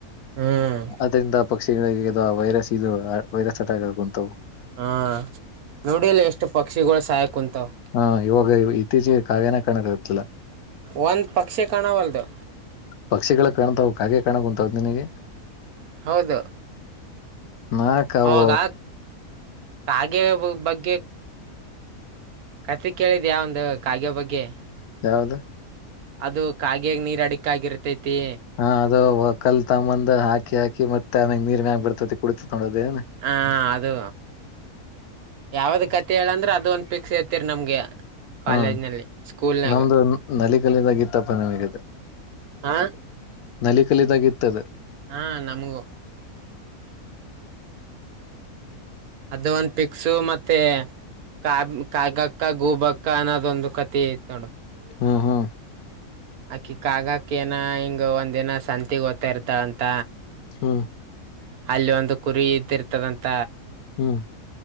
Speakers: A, on the right; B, on the left.
A: ಹ್ಮ್
B: ಅದ್ರಿಂದ ಪಕ್ಷಿಗಳಿಗೆದು ಆ ವೈರಸ್ ಇದು ವೈರಸ್ ಅಟ್ಯಾಕ್ ಆಗ ಉಂಂತವು
A: ಹಾ ನೋಡಿಲ್ಲ ಎಷ್ಟು ಪಕ್ಷಿಗಳು ಸಾಯಕ ಕುಂಂತಾವ
B: ಹಾ ಇವಾಗ ಇತ್ತೀಚೆಗೆ ಕಾಗನ ಕಾಣಕ್ಕಾಗತ್ತಲ್ಲ
A: ಒಂದು ಪಕ್ಷಿ ಕಾಣವಲ್ಲದು
B: ಪಕ್ಷಿಗಳ ಕಾಣ್ತಾವ ಕಾಗೆ ಕಾಣ ಉಂಂತ್ ನಿನಗೆ
A: ಹೌದು
B: ನಕಾವ
A: ಅವಾಗ ಕಾಗೆ ಬಗ್ಗೆ ಕತೆ ಕೇಳಿದ ಯ ಒಂದು ಕಾಗ್ಯ ಬಗ್ಗೆ
B: ಯಾವ್ದ
A: ಅದು ಕಾಗಾಗ ನೀರ್ ಅಡಿಿಕ ಆಗರ್ತೈತಿ
B: ಹಾ ಅದು ಕಲ್ತಮ್ಮಂದ್ ಹಾಕಿ ಹಾಕಿ ಮತ್ತೆ ಆಮ್ಯಾಗ ನೀರ್ ಮ್ಯಾಗ ಬರ್ತತಿ ಕುಡಿತ ತೊೋದೇ
A: ಹಾ ಅದು ಯಾವ್ದ ಕತೆೆ ಹೇಳಂದ್ರೆ ಅದ ಒಂದ ಫಿಕ್ಸ್ ೇತಿೀರಿ ನಮ್ಗೆ ಕಾಲೇಜ್ನಲ್ಲಿ
B: ಹ್ಮ
A: ಸ್ಕೂಲ್ನಾಗ
B: ನಮ್ದ ನಲಿಗಲಿದಾಗತ್ತಪ್ಪ ನಿಮಗತೆ
A: ಹಾ
B: ನಲಿ ಕಲಿದಾಗ ಇತ್ತದೆ
A: ಹಾ ನಮಗೂ ಅದು ಒಂದು ಪಿಕ್ಸು ಮತ್ತೆ ಕಾ ಕಾಗಕ್ಕ ಗೂಬಕ್ಕ ಅನ್ನೋದೊಂದು ಕಥೆ ಐ ನೋಡು
B: ಹಾ ಹಾ
A: ಅಕಿ ಕ ಆಾಗಕ್ಕ ಏನ ಹಿಂಗ ಒಂದಿನ ಸಂತಗ್ ಓದತಾ ಇರ್ತಾಳಂತ
B: ಹ್ಮ್
A: ಅಲ್ಲಿ ಒಂದು ಕುರಿ ಇದ್ದಿರ್ತದಂತ
B: ಹ್ಮ್